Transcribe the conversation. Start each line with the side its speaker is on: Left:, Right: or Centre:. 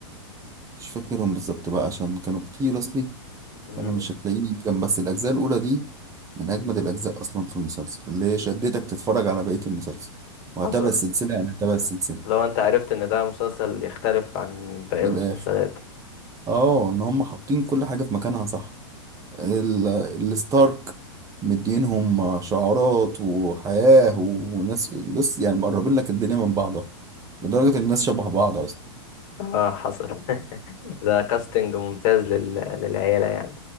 Right: مش فاكرهم بالظبط بقى عشان كانوا كتير اصلي
Left: مم.
Right: فانا مش هتلاقيني جنب بس الاجزاء الاولى دي من اجمد الاجزاء اصلا في المسلسل اللي هي شدتك تتفرج على بقيه المسلسل وهتابع
Left: حصل
Right: السلسله يعني هتابع السلسله
Left: لو انت عرفت ان ده مسلسل يختلف عن باقي
Right: من
Left: المسلسلات
Right: الاخر اه ان هم حاطين كل حاجه في مكانها صح ال- الستارك مدينهم شعارات وحياه وناس بص يعني مقربين لك الدنيا من بعضها لدرجه ان الناس شبه بعض اصلا
Left: اه حصل <laughs> ده كاستنج ممتاز لل... للعيلة يعني